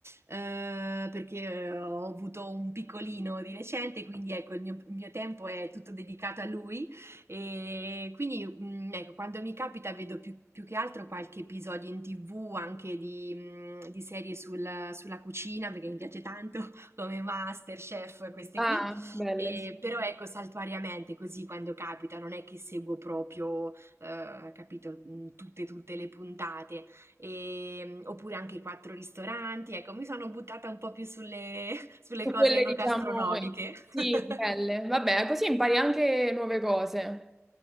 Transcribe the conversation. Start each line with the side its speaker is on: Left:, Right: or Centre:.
Right: eh, perché eh, ho avuto un piccolino di recente, quindi ecco, il mio, il mio tempo è tutto dedicato a lui e quindi mm, ecco, quando mi capita vedo più, più che altro qualche episodio in TV anche di, mm, di serie sul- sulla cucina perché mi piace tanto <laughs> come MasterChef, queste
Centre: Ah,
Right: qui.
Centre: belle.
Right: E,
Centre: sì.
Right: però ecco, saltuariamente così quando capita, non è che seguo proprio ehm, capito, mhmm, tutte, tutte le puntate, ehm, oppure anche i 4 ristoranti. Ecco, mi sono buttata un po' più sulle <laughs> sulle
Centre: Su
Right: cose
Centre: quelle,
Right: enogastronomiche.
Centre: diciamo, sì,
Right: <laughs>
Centre: belle. Vabbè, così impari anche nuove cose.